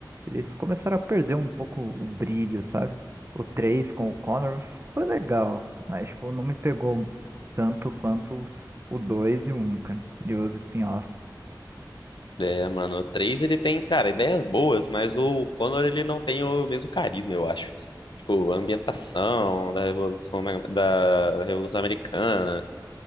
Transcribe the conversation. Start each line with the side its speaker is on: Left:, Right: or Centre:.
Right: Eles começaram a perder um pouco o brilho, sabe? O 3 com o Connor foi legal, mas tipo, não me pegou tanto quanto o 2 e o 1, cara, e os spin-offs.
Left: É, mano, o 3 ele tem, cara, ideias boas, mas o Connor ele não tem o mesmo carisma, eu acho. Tipo, a ambientação da Revolução, da Revolução Americana.